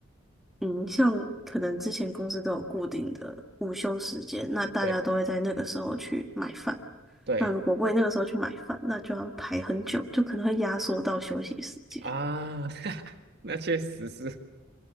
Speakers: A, in the centre; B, on the right (about 55°).
A: 嗯，像可能之前公司都有固定的午休时间，那大家都会在那个时候去买饭。
B: 对对
A: 那如果为那个时候去买饭，那就要排很久，就可能会压缩到休息时间。
B: 啊，<laughs> 那确实是，